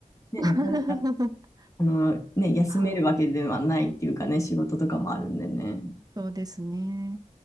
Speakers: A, on the left; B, on the right.
A: ね、
B: <laughs>
A: なかなか、あの、ね、休めるわけではないっていうかね、
B: ああ、
A: 仕事とかもあるんでね。
B: そうですね。